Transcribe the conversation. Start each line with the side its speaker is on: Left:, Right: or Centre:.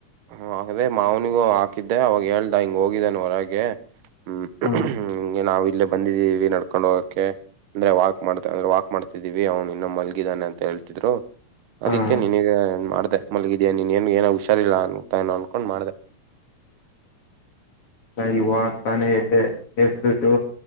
Right: ಹ ಅದೆ ಮಾವನಿಗೂ ಹಾಕಿದ್ದೆ ಅವಾಗ ಹೇಳ್ದ ಹಿಂಗ್ ಹೋಗಿದ್ದಾನ ಹೊರಗೆ ಹ್ಮ್ <unintelligible>
Left: ಹ್ಮ
Right: ಇಲ್ಲ ಬಂದಿದ್ದೀವಿ ನಡ್ಕೊಂಡು ಹೋಗಕ್ಕೆ ಅಂದ್ರೆ ವಾಕ್ ಮಾಡ್ತ ಅಂದ್ರೆ ವಾಕ್ ಮಾಡ್ತಿದೀವಿ ಅವ್ನು ಇನ್ನ ಮಲಗಿದಾನೆ ಅಂತ ಹೇಳ್ತಿದ್ರು ಅದಿಕ್ಕೆ
Left: ಹ
Right: ನೀನಗ ಮಾಡತ ಮಲಗಿದಾ ನೀನ್ ನ್ ಏ ಹುಷಾರಿಲ್ಲ ಅನು ತಾನ ಅನ್ಕೊಂಡ ನಾಲ್ಕೊಂಡು ಮಾಡಿದೆ
Left: ನಾ ಇವಾಗ್ತಾನೆ ಎದ್ದೆ ಎದ್ ಬಿಟ್ <unintelligible>